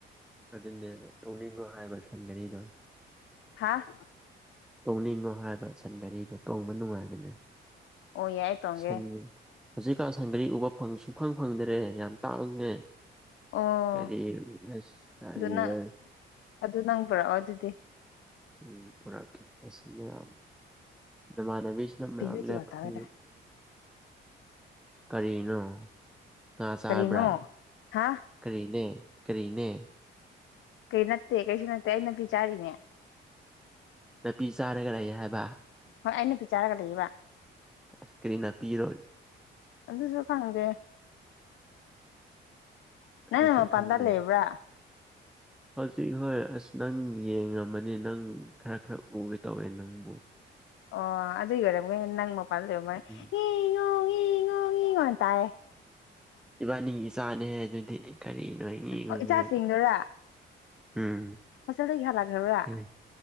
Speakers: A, in the centre; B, on the left.
A: ꯑꯗꯨꯅꯦꯕ ꯇꯣꯡꯅꯤꯡꯉꯣ ꯍꯥꯏꯕ ꯁꯟꯒꯔꯤꯗꯣ
B: ꯍꯥꯥ
A: ꯇꯣꯡꯅꯤꯡꯉꯣ ꯍꯥꯏꯕ ꯁꯟ ꯒꯥꯔꯤꯗꯣ ꯇꯣꯡꯕ ꯅꯨꯡꯉꯥꯏꯕꯅꯦ
B: ꯑꯣ ꯌꯥꯏ ꯇꯣꯡꯒꯦ
A: ꯁꯟ ꯍꯧꯖꯤꯛꯀꯥꯟ ꯁꯟꯒꯔꯤ ꯎꯕ ꯐꯪ ꯁꯨꯛꯐꯪ ꯐꯪꯗ꯭ꯔꯦ ꯌꯥꯝ ꯇꯥꯡꯉꯦ
B: ꯑꯣ
A: ꯀꯔꯤ ꯑꯁ ꯀꯔꯤꯔ
B: ꯑꯗꯨ ꯅꯪ ꯑꯗꯨ ꯅꯪ ꯄꯣꯔꯛꯑꯣ ꯑꯗꯨꯗꯤ
A: ꯎ ꯄꯨꯔꯛꯀꯦ ꯑꯁ ꯃꯌꯥꯝ ꯅꯃꯥꯟꯅꯕꯤꯁꯤꯅ ꯃꯌꯥꯝ
B: ꯄꯤꯕꯤꯗꯤ
A: ꯂꯦꯞꯐꯜꯂꯣ
B: ꯇꯥꯔꯦ
A: ꯀꯔꯤꯅꯣ ꯉꯥ ꯆꯥꯕ꯭ꯔꯥ
B: ꯀꯔꯤꯅꯣ ꯍꯥ
A: ꯀꯔꯤꯅꯦ ꯀꯔꯤꯅꯦ
B: ꯀꯩ ꯅꯠꯇꯦ ꯀꯩꯁꯨ ꯅꯠꯇꯦ ꯑꯩ ꯅꯄꯤ ꯆꯥꯔꯤꯅꯦ
A: ꯅꯥꯄꯤ ꯆꯥꯔꯒ ꯂꯩ ꯍꯥꯏꯕ
B: ꯍꯣꯏ ꯑꯩ ꯅꯄꯤ ꯆꯥꯔꯒ ꯂꯩꯌꯦꯕ
A: ꯑꯁ ꯀ꯭ꯔꯤ ꯅꯥꯄꯤꯔꯣ
B: ꯑꯗꯨꯁꯨ ꯈꯪꯗꯦ ꯅꯪꯅ
A: ꯑꯗꯨꯁꯨ
B: ꯃꯄꯥꯟꯗ
A: ꯈꯪꯗꯦ
B: ꯂꯩꯕ꯭ꯔꯥ
A: ꯍꯧꯖꯤꯛ ꯍꯣꯏ ꯑꯁ ꯅꯪ ꯌꯦꯡꯉꯝꯃꯅꯤ ꯅꯪ ꯈꯔ ꯈꯔ ꯎꯒꯦ ꯇꯧꯋꯦ ꯅꯪꯕꯨ
B: ꯑꯣ ꯑꯗꯨꯏ ꯑꯣꯏꯔꯝꯒꯅꯤ ꯅꯪ ꯃꯄꯥꯟ ꯂꯩꯔ ꯃꯅꯤ
A: ꯎꯝ
B: ꯉꯦ ꯉꯣ ꯉꯦ ꯉꯣ ꯅ ꯇꯥꯏꯌꯦ
A: ꯏꯕꯥꯅꯤꯒꯤ ꯏꯆꯥꯅꯦ ꯍꯦ ꯑꯗꯨꯗꯤ ꯀꯔꯤꯅꯣ ꯉꯦ ꯉꯣ
B: ꯑꯣ
A: ꯉꯦ
B: ꯏꯆꯥꯁꯤꯡꯗꯨꯔꯥ
A: ꯉꯣ ꯇꯧꯋꯦ ꯎꯝ
B: ꯍꯣꯁꯇꯦꯜꯗꯒꯤ ꯍꯂꯛꯈ꯭ꯔꯕꯔꯥ
A: ꯀꯔꯤ